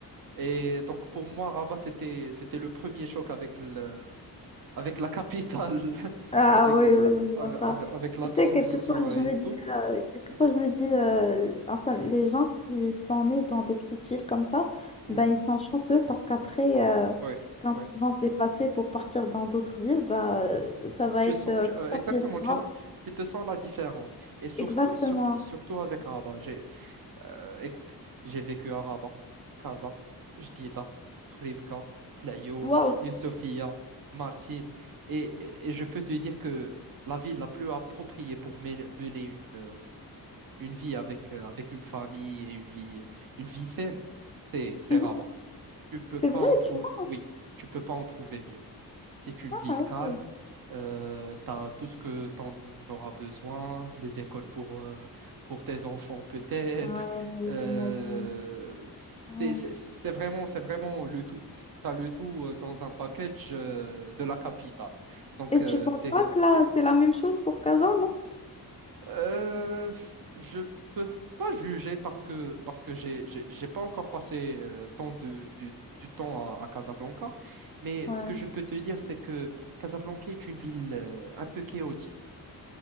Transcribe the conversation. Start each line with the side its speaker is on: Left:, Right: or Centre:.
Right: Et donc pour moi, Rabat, c'était c'était le premier choc avec le, avec la capitale, <laughs>
Left: Ah
Right: avec,
Left: oui,
Right: le-
Left: oui, oui, non,
Right: avec,
Left: ça.
Right: avec- avec la
Left: Tu
Right: transition
Left: sais, quelquefois, je
Right: et
Left: me dis,
Right: tout.
Left: euh, quelquefois,
Right: Mm,
Left: je me dis, euh, enfin, les gens qui sont nés dans des petites villes comme ça,
Right: mm,
Left: ben, ils sont chanceux parce qu'après, euh,
Right: ouais,
Left: quand
Right: ouais.
Left: ils vont se déplacer pour partir dans d'autres villes, ben, euh, ça va
Right: Tu
Left: être
Right: sens,
Left: euh,
Right: tu-
Left: plus
Right: euh,
Left: facile.
Right: exactement,
Left: tu
Right: tu,
Left: vois.
Right: tu te sens la différence. Et surtout,
Left: Exactement.
Right: surtout, surtout avec Rabat. J'ai, euh, écoute, j'ai vécu à Rabat, Casa, Jdida, Khouribga, Laayoune,
Left: Waouh,
Right: Youssoufia, Martil. Et, et, et je peux te dire que la ville la plus appropriée pour men- mener une euh, une vie avec, euh, avec une famille et une vie, une vie saine, c'est, c'est
Left: Mhm.
Right: Rabat. Tu peux pas
Left: c'est vrai,
Right: en trouver,
Left: tu penses?
Right: oui, tu peux pas en trouver mieux. C'est une
Left: Ah,
Right: ville calme,
Left: ok.
Right: euh, tu as tout ce que tu en auras besoin, les écoles pour, euh, pour tes enfants peut-être.
Left: Ouais,
Right: Euh,
Left: j'imagine. Ouais.
Right: c'est c'est- c'est vraiment, c'est vraiment le tout. Tu as le tout euh, dans un package euh, de la capitale. Donc,
Left: Et tu penses
Right: tu
Left: pas que là, c'est la même chose pour Kazan,
Right: Euh, je peux pas juger parce que parce que j'ai j'ai j'ai pas encore passé euh, tant de, du du temps à, à Casablanca, mais
Left: non?
Right: ce que je peux te dire c'est que Casablanca est une ville euh, un peu chaotique.